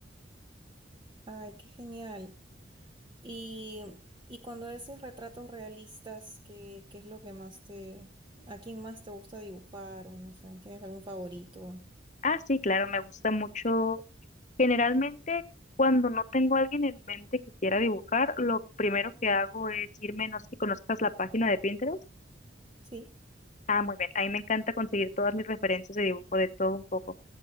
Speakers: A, on the right; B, on the left.
A: Ay, qué genial. Y, y cuando haces retratos realistas, ¿qué, qué es lo que más te, a quién más te gusta dibujar o no sé, ¿tienes algún favorito?
B: Ah, sí, claro, me gusta mucho. Generalmente, cuando no tengo a alguien en mente que quiera dibujar, lo primero que hago es irme, no sé si conozcas la página de Pinterest.
A: Sí.
B: Ah, muy bien, ahí me encanta conseguir todas mis referencias de dibujo de todo un poco.